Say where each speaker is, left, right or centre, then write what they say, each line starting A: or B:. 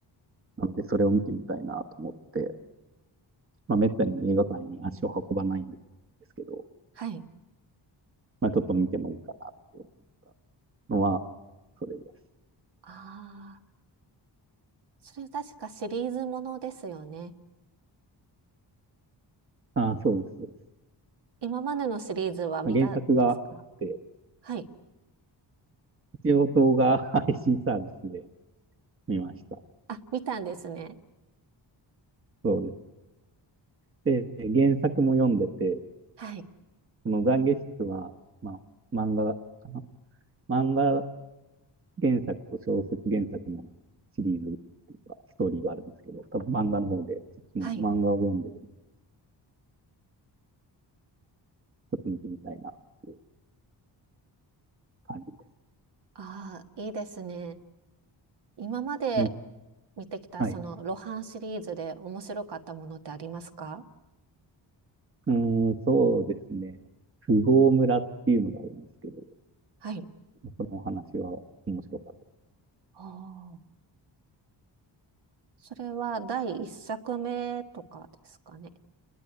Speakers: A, on the right (about 30°); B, on the right (about 65°).
A: なので、それを見てみたいなと思って、まあ、めったに映画館に足を運ばないんですけど、
B: はい。
A: まあちょっと見てもいいかなって思ったのは、それです。
B: ああ、それ確かシリーズものですよね。
A: ああ、そうです、そうです。
B: 今までのシリーズは見たんですか
A: まあ、原作があって、
B: はい。
A: 一応動画配信サービスで見ました。
B: あ、見たんですね。
A: そうです。で、原作も読んでて、
B: はい。
A: この懺悔室は、まあ、漫画かな漫画原作と小説原作のシリーズっていうか、ストーリーがあるんですけど、多分漫画の方で、そっちも漫画を読んでる、
B: はい。
A: ちょっと見てみたいなっていう感じです。
B: ああ、いいですね。今まで
A: うん、
B: 見てきたその露伴シリーズで面白かったものってありますか
A: はい。うーん、そうですね。富豪村っていうのがあるんですけど、
B: はい。
A: そのお話は面白かっ
B: ああ、それは第一作目とかですかね。